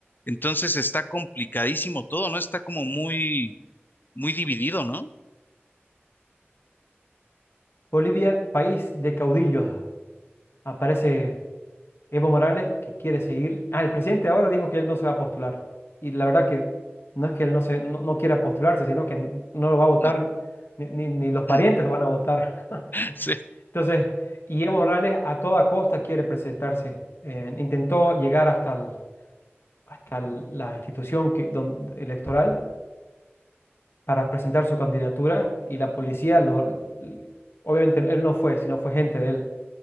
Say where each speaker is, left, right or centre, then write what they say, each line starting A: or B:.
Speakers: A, on the left; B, on the left.
A: Entonces está complicadísimo todo, ¿no? Está como muy, muy dividido, ¿no?
B: Bolivia, país de caudillos. Aparece Evo Morales que quiere seguir. Ah, el presidente ahora dijo que él no se va a postular. Y la verdad que no es que él no, se, no, no quiera postularse, sino que n- no lo va a votar,
A: No-
B: ni, ni- ni
A: <laughs>
B: los parientes lo van a votar.
A: sí,
B: <laughs> Entonces, y Evo Morales a toda costa quiere presentarse. Eh, intentó llegar hasta, el- hasta el- la institución que, don- electoral para presentar su candidatura y la policía, lo, le- obviamente él no fue, sino fue gente de él.